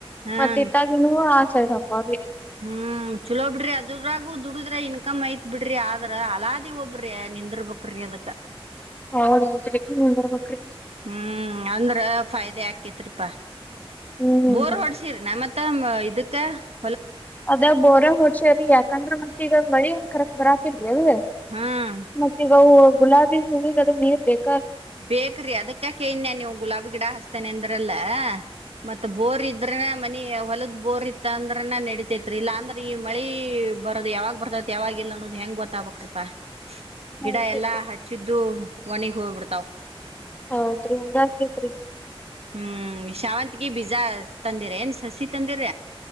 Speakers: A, on the right (about 85°); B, on the left (about 15°).
A: ಹನ್
B: ಮತ್ತ ಇತ್ತಾಗನುವು. <unintelligible>
A: ಹ್ಮ್ ಚಲೋ ಬಿಡ್ರಿ ಅದ್ರಾಗು ದುಡುದ್ರ ಇನ್ಕಮ್ ಐತ್ ಬಿಡ್ರಿ ಆದ್ರ ಅಲಾದಿ ಒಬ್ರಿ ನಿಂದರ್ಬಕ್ರಿ ಅದಕ್ಕ.
B: ಹೌದೌದ್ರಿ. ಹ್ಮ್ ಬರಬೇಕ್ರಿ.
A: ಹ್ಮ್ ಅಂದ್ರ ಫಾಯ್ದೆ ಆಕ್ಯಾತ್ರಿಪಾ.
B: ಹ್ಮ್
A: ಬೋರ್ ಹೊಡ್ಸಿರನ ಮತ್ತ ಇದಕ್. ತ್ತ
B: ಅದ ಬೋರ ಹೊಡ್ಸೆವ್ರಿ ಯಾಕಂದ್ರ ಮತ್ತ ಈಗ. ಮಳಿ ಒಂದ ಕರಕ್ಟ ಬರಾತ್ತಿಲ್. ಎಲ್ಲಿಗೆ
A: ಹ್ಮ್
B: ಮತ್ ಈಗ ಅವು. ಗುಲಾಬಿ ಹೂವಿಗೆ ಅದು ನೀರ್ ಬೇಕು.
A: ಬೇಕ್ರಿ ಅದಕ್ಕಾ ಕೇಯ್ನ ನೀವು ಗುಲಾಬಿ ಗಿಡ ಹಸ್. ತನ ಅಂದ್ರಲ್ಲ. ಮತ್ತೆ ಬೋರ್ ಇದ್ರೆ ಮನಿ ಹೊಲದ ಬೋರ್ ಇತ್ತ ಅಂದ್ರನ ನಡೀತೇತ್ರಿ ಇಲ್ಲ ಅಂದ್ರ ಈ ಮಳಿ ಬರದ್ ಯಾವಾಗ್ ಬರ್ತತ್ ಯಾವಾಗ ಇಲ್ಲ ಅನ್ನೋದು ಹೆಂಗ್ ಗೊತ್ತಾಗಬೇಕ್ರೀಪಾ.
B: ಹೌದ್ರಿ
A: ಗಿಡ ಎಲ್ಲಾ ಹಚ್ಚಿದ್ದುವು ಒನಿಗ್ ಹೋಗ್ಬಿಡ್ತ <unintelligible>
B: ಹೌದ್ರಿ ಹಂಗ ಅಕೇತ್ರಿ.
A: ಹ್ಮ್ ಶಾವಂತ್ಗಿ ಬೀಜ ತಂದಿರೇನ್ ಸಸಿ ತಂದಿರ.